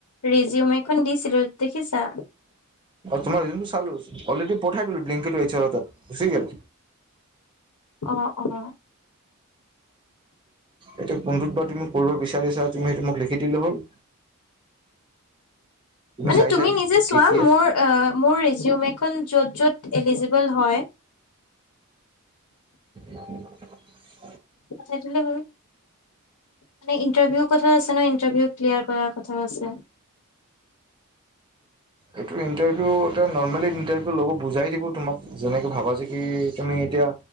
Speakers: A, on the left; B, on the right.
A: ৰিজীওম <unintelligible> খন দিছিলো, দেখিছা?
B: তোমাৰ যোনটো চালো, অলৰেডি পঠাই দিলো, ব্লিংকটৰ গুচি গ'ল।
A: অ। অঁ।
B: এতিয়া কোনটো ত বা তুমি কৰিব বিচৰা? চা, তুমি সেইটো মোক লিখি দিলে হ'ল।
A: মানে,
B: চাই
A: তুমি
B: চাই
A: নিজে চোৱা
B: কি কি আছে
A: মোৰ মোৰ ৰেডিঅ'মেট <unintelligible> খন য'ত, য'ত এলিজিবল হয়,
B: <inaudible>
A: পঠাই দিলে হ'ল মানে ইন্টাৰভিউৰ কথা আছে ন, ইন্টাৰভিউ ক্লিয়াৰ কৰাৰ কথাও আছে।
B: এইটো ইন্টাৰভিউ এ নৰ্মেলি ইণ্টাৰভিউ লব, বুজাই দিব তোমাক যেনেকে ভাবা যে কি তুমি এতিয়া